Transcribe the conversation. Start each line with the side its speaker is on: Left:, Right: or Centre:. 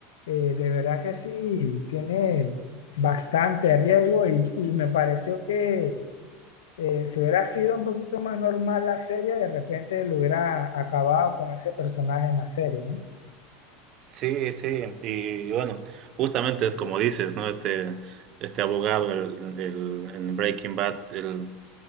Left: eh, de verdad que sí, tiene bastante riesgo y, y me pareció que eh, si hubiera sido un poquito más normal la serie, de repente lo hubiera acabado con ese personaje en la serie, ¿no?
Right: sí, sí. Y bueno, justamente es como dices, ¿no? Este, este abogado el- el- en Breaking Bad, el,